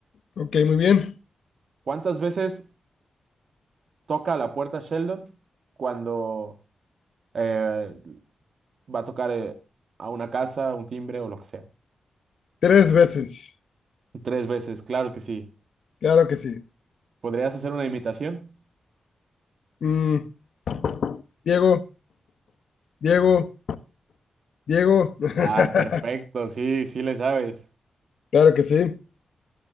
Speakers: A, on the left; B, on the right.
A: ok, muy bien.
B: ¿Cuántas veces toca a la puerta Sheldon cuando eh, va a tocar eh, a una casa, un timbre o lo que sea.
A: Tres veces.
B: Tres veces, claro que sí.
A: Claro que sí.
B: ¿Podrías hacer una imitación?
A: Mm, Diego, Diego, Diego. <laughs>
B: Ah, perfecto, sí, sí le sabes.
A: Claro que sí.